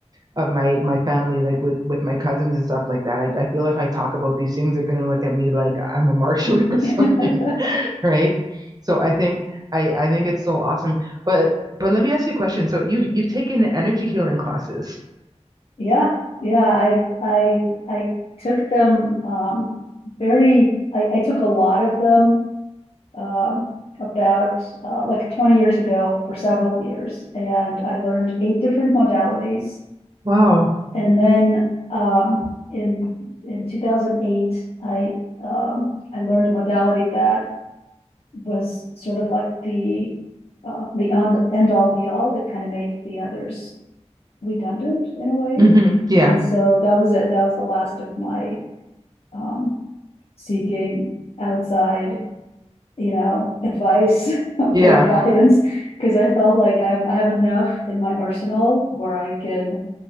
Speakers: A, on the right; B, on the left.
A: of my my family like with with my cousins and stuff like that I, I feel if i talk about these things they're gonna look at me like i'm a martian <laughs> or something
B: <laughs>
A: right so i think i i think it's so awesome but but let me ask you a question so you you've taken the energy healing classes
B: yeah yeah I I I took them um, very I, I took a lot of them um, about uh, like 20 years ago for several years and I learned eight different modalities
A: wow
B: And then, um, in, in two thousand eight, I, um, I learned a modality that was sort of like the, uh, the end, end all be all. It kind of made the others redundant in a way.
A: hmm yeah
B: And so that was it. That was the last of my, um, seeking outside, you know, advice <laughs>
A: yeah
B: or guidance. Cause I felt like I have, I have enough in my arsenal where I can,